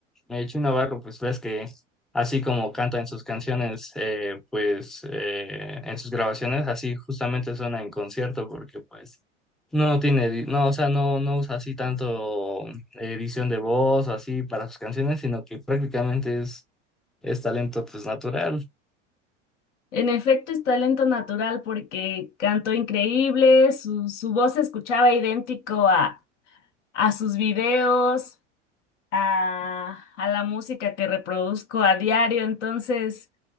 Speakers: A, in the centre; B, on the left.
A: eh, Chino Navarro, pues ves que así como canta en sus canciones, eh, pues eh, en sus grabaciones, así justamente suena en concierto, porque pues no tiene, edi- no, o sea, no, no usa así tanto edición de voz o así para sus canciones, sino que prácticamente es, es talento pues natural.
B: En efecto, es talento natural porque cantó increíble, su, su voz se escuchaba idéntico a, a sus videos. a, a la música que reproduzco a diario, entonces